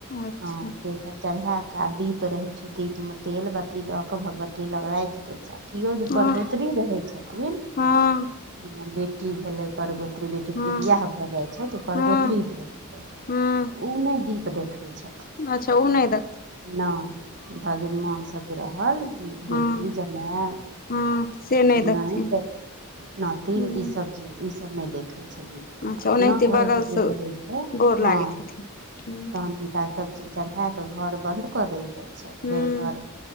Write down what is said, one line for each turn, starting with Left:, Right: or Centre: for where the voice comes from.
Left: अच्छा
Right: हँ से सब। चढ़ेए के आ दीप रहै छै दीप मे तेल बत्ती दऽ के भगवती लग राखि दै। कियो जे
Left: हँ
Right: परगोतरी रहै छथिन
Left: हँ
Right: जेना बेटी भेलै परगोतरी। धी बेटीके
Left: हँ
Right: जे बियाह भऽ जाइ छै त ओ परगोतरी
Left: हँ
Right: भऽ गेलै
Left: हँ
Right: उ नै दीप देखै छथिन।
Left: अच्छा ओ नै द
Right: नै भगिन मान सब जे रहल
Left: हँ
Right: बेटी जमाय
Left: हँ से नहि देखथिन
Right: नाइत नातिन
Left: हँ
Right: इ सब चीज इ सब नै देखै छै दीप।
Left: अच्छा ओनाहिते
Right: अपना घरक
Left: बगलसँ
Right: जे रहै छै
Left: गोर
Right: हँ
Left: लागैत हेथिन हूँ
Right: तहन सब चीज चढ़ेए कऽ घर बन्द कऽ देल जाइ छै
Left: हूँ
Right: फेर घर